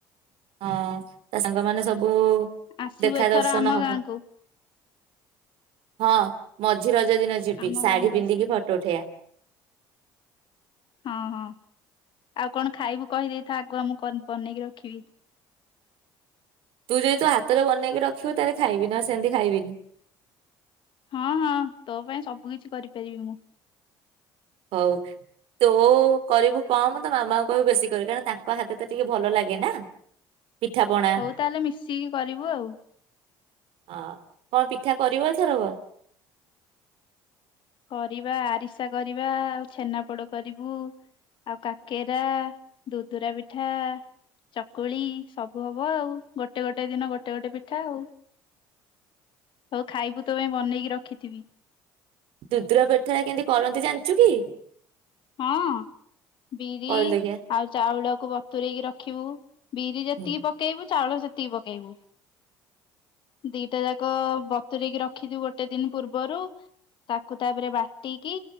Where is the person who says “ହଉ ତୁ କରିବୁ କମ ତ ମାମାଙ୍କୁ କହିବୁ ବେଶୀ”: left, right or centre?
Right